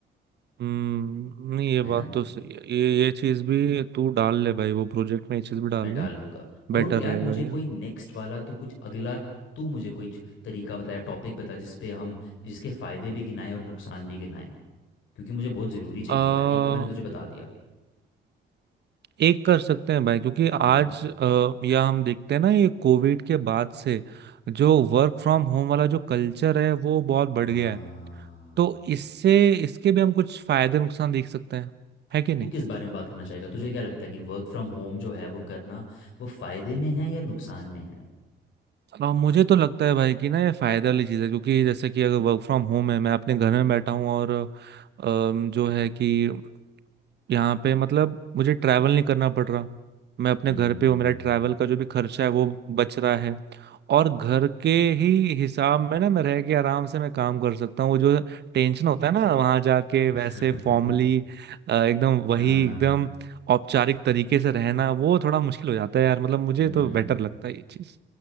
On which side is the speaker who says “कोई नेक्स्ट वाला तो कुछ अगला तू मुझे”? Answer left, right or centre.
Left